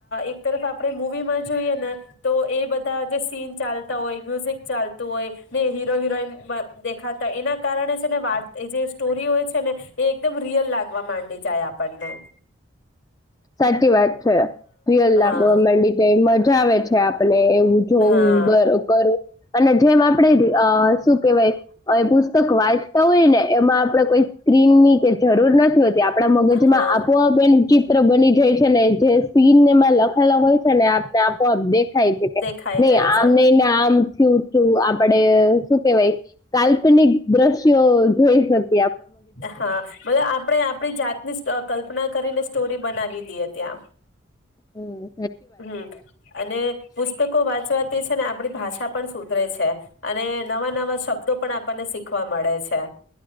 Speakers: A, on the left (about 65°); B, on the left (about 20°).
A: એક તરફ આપણે મૂવીમાં જોઈએ ને તો એ બધા જે સીન ચાલતા હોય, મ્યુઝિક ચાલતું હોય, ને હીરો હિરોઈન માં દેખાતા હોય એના કારણે છે ને વાત એ જે સ્ટોરી હોય છે ને, એ એકદમ રિયલ લાગવા માંડી જાય આપ પણને.
B: સાચી વાત છે. રિયલ લાગવા
A: હા
B: માંડી કે તો મજા આવે છે આપને એવું જો
A: હા
B: <unintelligible> અને જેમ આપણે અહ શું કેવાય અહ પુસ્તક વાંચતા હોય ને એમાં આપણેે કોઈ સ્ક્રીન ની કે જરૂર નથી હોત તી આપણા મગજ
A: હા
B: માં આપોઆપ <unintelligible> બની જાય છે, ને જે સીન એમાં લખેલા હોય છે ને આપને આપોઆપ દેખ ખાય છે કે
A: દેખાઈ
B: નહી
A: જાય
B: આમ
A: છે
B: નઈને આમથી થયું. શું આપડે શું કેવાય? કાલ્પનિક દ્રશ્યો અહ જોઈ શક
A: હા મતલબ આપણે આપણી જાતની સ કલ્ કલ્પના કરીને સ્ટોરી બનાવી દીએ ત્યાં.
B: હમ્મ.
A: હમ્મ અને પુસ્તકો વાંચવા તે સે ને આપણી ભાષા પણ સુધરે છે, અને નવા-નવા શબ્દો પણ આપણને શીખવા મળે છે.